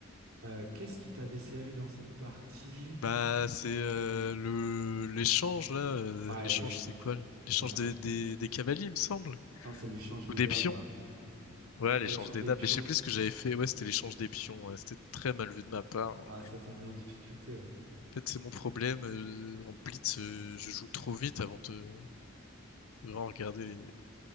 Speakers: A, on the right (about 80°); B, on the left (about 80°).
A: Euh, qu'est-ce qui t'a desservi dans cette partie?
B: Bah, c'est euh, le l'échange là. euh,
A: Ouais,
B: l'échange,
A: l'éch-
B: c'est quoi là L'échange
A: eh ben,
B: des, des, des cavaliers, il me semble.
A: non, c'est l'échange des
B: Ou des
A: dames,
B: pions.
A: là.
B: Ouais, l'échange
A: Ouais, l'échange
B: des
A: des
B: dames.
A: pions.
B: Mais je sais plus ce que j'avais fait. Ouais, c'était l'échange des pions. ouais. C'était très mal vu de ma part. En
A: Ah, ça t'a mis en difficulté, ouais.
B: fait, c'est mon problème. euh, en blitz, euh, je joue trop vite avant de de vraiment regarder les-